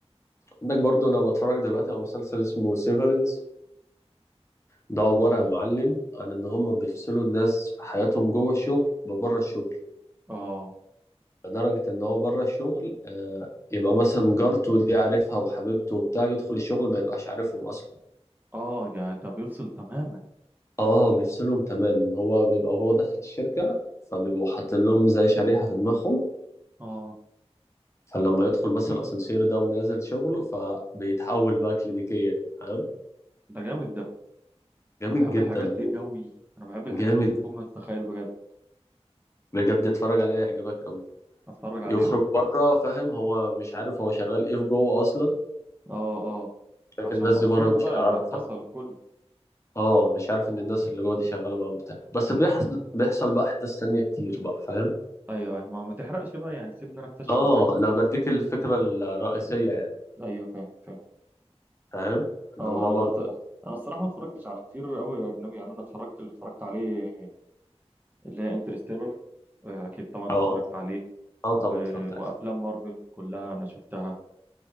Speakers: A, on the left; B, on the right.
A: عندك برضه انا بتفرج دلوقتي على مسلسل اسمه سيفرنس ده عبارة يا معلم عن ان هم بيفصلوا الناس في حياتهم جوه الشغل ببره الشغل
B: اه
A: لدرجة إن هو بره الشغل آه، يبقى مثلا جارته دي عارفها وحبيبته وبتاع يدخل الشغل ما يبقاش عارفهم أصلا
B: اه يعني ده بيفصل تماما
A: اه بيفصلهم تماما هو بيبقى هو داخل الشركة فبيبقوا حاطين لهم زي شريحة في دماغهم
B: اه
A: فلما يدخل مثلا الأسانسير ده ونازل شغله فبيتحول بقى كلينيكيا فاهم
B: ده جامد ده
A: جامد
B: انا بحب
A: جدا
B: الحاجات دي
A: هو
B: قوي انا بحب الحاجات
A: جامد
B: دي فوق ما تتخيل بجد
A: بجد اتفرج عليه هيعجبك قوي
B: اتفرج عليه
A: يخرج
B: ده
A: بره فاهم هو مش عارف هو شغال ايه في جوه اصلا
B: اه اه
A: شايف
B: عشان
A: الناس
B: مفصول
A: دي بره مش
B: بقى
A: هيعرفها
B: بيتفصل كله
A: اه مش عارف ان الناس اللي جوه دي شغاله معاهم بتاع بس بيحصل بيحصل بقى احداث تانية كتير بقى فاهم
B: ايوه ايوه ما ما تحرقش بقى يعني سيبني انا اكتشف
A: اه
B: الباقي
A: انا بديك الفكره الرئيسيه يعني
B: ايوه فاهم فاهم
A: فاهم ان
B: اه
A: هما
B: انا
A: برضه
B: ما ت...
A: بقى
B: انا الصراحه ما اتفرجتش على كتير قوي اجنبي يعني انا اتفرجت اللي اتفرجت عليه اللي هي انترستيلر اكيد طبعا انت
A: اه
B: اتفرجت عليه
A: اه طبعا
B: و...
A: اتفرجت عليها
B: وافلام مارفل كلها انا شفتها